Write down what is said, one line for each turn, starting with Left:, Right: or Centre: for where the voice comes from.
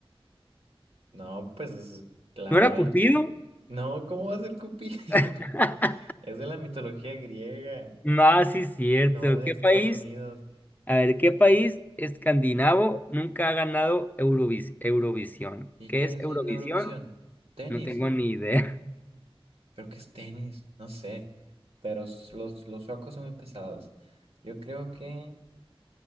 Right: No, pues es- la
Left: ¿No
Right: verdad,
Left: era Cupido?
Right: no, ¿cómo va a ser Cupido? <laughs>
Left: <laughs>
Right: Es de la mitología griega,
Left: No, sí es cierto.
Right: no de
Left: ¿Qué
Right: Estados
Left: país?
Right: Unidos.
Left: A ver, ¿qué país escandinavo nunca ha ganado Eurovis- Eurovisión?
Right: ¿Y
Left: ¿Qué
Right: qué
Left: es
Right: es
Left: Eurovisión?
Right: en Eurovisión? Tenis,
Left: No tengo ni idea.
Right: creo que es tenis, no sé, pero s- los, los suecos son muy pesados. Yo creo que...